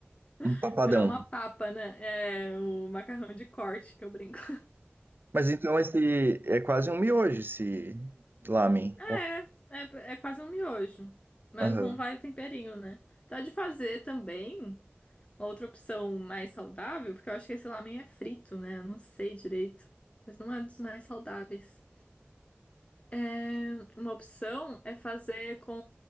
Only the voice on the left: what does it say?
<laughs>
virar uma papa, né? É o macarrão de corte que eu brinco.
É, é, é quase um miojo, mas
não vai o temperinho, né? Tá de fazer também uma outra opção mais saudável, porque eu acho que esse lamen é frito, né? Eu não sei direito, mas não é dos mais saudáveis. É, uma opção é fazer com